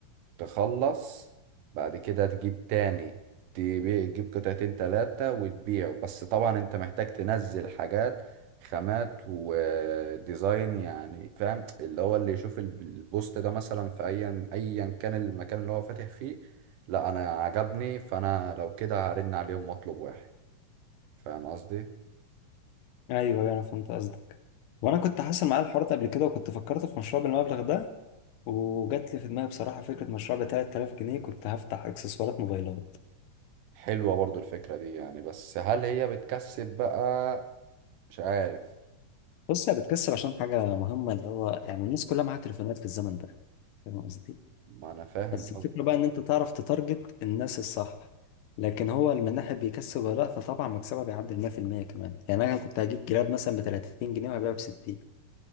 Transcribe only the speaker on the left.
ايوه أيوه، انا فهمت قصدك وانا كنت حاصل معايا الحوار ده قبل كده وكنت فكرت في مشروع بالمبلغ ده وجات لي في دماغي بصراحة فكرة مشروع ب 3000 جنيه كنت هفتح اكسسوارات موبايلات
بص هي بتكسب عشان حاجة مهمة اللي هو يعني الناس كلها معاها تليفونات في الزمن ده فاهم قصدي؟
بس الفكرة
بقى إن أنت تعرف تتارجت الناس الصح لكن هو من ناحية بيكسب ولا لأ فطبعا مكسبها بيعدي ال 100% كمان يعني أنا كنت هجيب جراب مثلا ب 30 جنيه وهبيعه ب 60